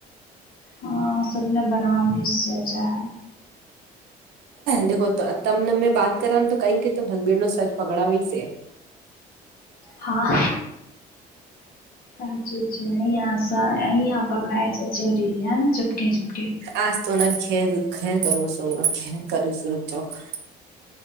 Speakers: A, on the left (about 60°); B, on the right (about 80°).
A: હા, સબ ને બનાવી સે ચાય.
B: દેખો ત તમને મેં બાત કરવાનું તો <inaudible> <inaudible> કે હસબેન્ડ નો સચ પકડાવાય સે. <inaudible>
A: હા, આજે જેની આશા અહીયા પકડાાય <unintelligible> <unintelligible> <unintelligible> ચુપકે ચુપકે.
B: આજ તો મે ખેર ખેર કરું શું <inaudible> ખેર કરૂ શું. <inaudible> <inaudible>